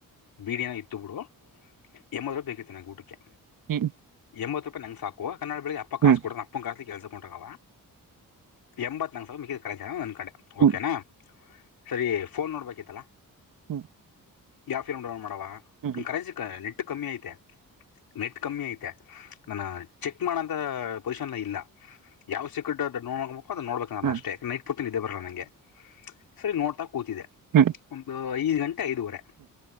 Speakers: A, on the left; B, on the right.
A: ಬೀಡನ ಇತ್ತು ಬಿಡು ಎಂಬತ್ತು ರೂಪಾಯಿ ಬೇಕಿತ್ತು ನನಗೆ ಊಟಕ್ಕೆ
B: ಹ್ಮ್
A: ಎಂಬತ್ತು ರೂಪಾಯಿ ನಂಗೆ ಸಾಕುವ ಕನ್ನಡಳಿಗ್ ಅಪ್ಪ ಕಸ್ಡ
B: ಹ್ಮ್
A: ಅಪ್ಪ ಕ ಕೆಲ್ಸ ಟ ಕ ಎಂಬತ್ ನಂಗ ಸಲ ಮ ಕರೆ ಅಕೊಂಡ
B: ಹ್ಮ್
A: ಓಕೆನಾ ಸರಿ ಫೋನ್ ನೋಡ್ಬೇಕಿತ್ತಲಾ
B: ಹ್ಮ್
A: ಯಾವಫಿಲ್ನ್ ಮಾಡವ
B: ಹ್ಮ್
A: ಕರೆನ್ಸಿ ನೆಟ್ಟ ಕಮ್ಮಿ ಐತೆ ನೆಟ್ ಕಮ್ಮಿ ಐತೆ ನಾನ ಚೆಕ್ ಮಾಡೋಂತ ಪೊಸಿಷನ್ ಇಲ್ಲ ಯಾವ ಸೆೇಕ ನೋಡ್ ಹಬೇಕು ಅದು ನೋಡ್ಬೇಕು
B: ಹ್ಮ್
A: ಅಷ್ಟೇ ನೈಟ್ ಪೂರ್ತಿ ನಿದ್ದೆ ಬರಲ್ಲ ನಂಗೆ ಸರಿ ನೋಡ್ತಾ ಕೂತಿದೆ
B: ಹ್ಮ್
A: ಒಂದು ಐದು ಗಂಟೆ ಐದುವರೆ